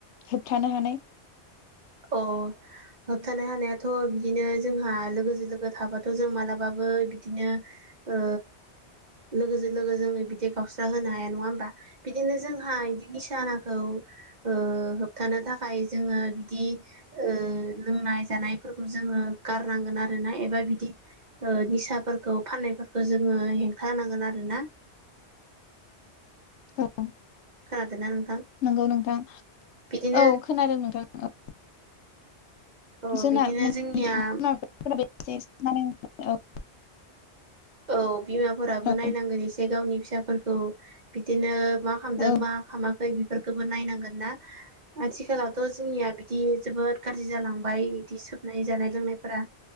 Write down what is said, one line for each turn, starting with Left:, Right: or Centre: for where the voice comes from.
Left: होबथानो हानाय।
Right: औ होबथानो हानायाथ' बिदिनो जोंहा लोगोजो लोगो थाबाथ' जों मालाबाबो बिदिनो ओ लोगोजो लोगो जोङो बिदि गावस्रा होनो हाया नङा होमबा? बिदिनो जोंहा इदि निसानाखौ ओ होबथानो थाखाय जोङो बि दि ओ लोंनाय जानायफोरखौ जोङो गारनांगोन आरो ना एबा बिदि ओ निसाफोरखौ फाननायफोरखो जोङो हेंथा होनांगोन आरो ना।
Left: <unintelligible>
Right: खोनादोंना नोंथां
Left: नोंगौ नोंथां
Right: बिदिनो
Left: औ खोनादों नोंथां औ
Right: औ
Left: जोंना
Right: बिदिनो
Left: बि
Right: जोंनिया
Left: <unintelligible> <unintelligible> औ <unintelligible>
Right: औ बिमाफोराबो
Left: औ
Right: नायनांगोन एसे गावनि फिसाफोरखौ बिदिनो। मा खामदों
Left: औ
Right: मा खामाखै बेफोरखौबो नायनांगोन ना। आथिखालावथ' जोंनिया बिदि जोबोद गारजि जालांबाय बिदि सोबनाय जानाय लोंनायफोरा।